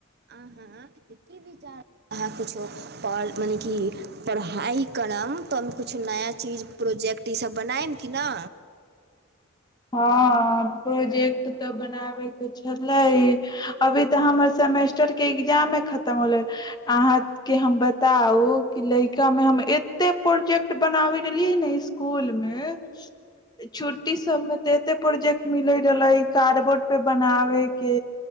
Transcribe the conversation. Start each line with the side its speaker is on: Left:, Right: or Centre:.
Right: आहँ जतेक विचार अहाँ किछो प मने कि पढ़ाइ करब तऽ ओहिमे किछो नया चीज प्रोजेक्ट ईसभ बनायब कि ने
Left: हँ प्रोजेक्ट तऽ बनाबे के छलै अभी तऽ हमर सेमेस्टर के एग्जमे खतम होले अहाँके हम बताउ कि लड़का मे हम एते प्रोजेक्ट बनाबे रहलियै ने स्सकुल मे छुट्टी सबमे एते प्रोजेक्ट मिले रहले कार्डबोर्ड पे बनाबे के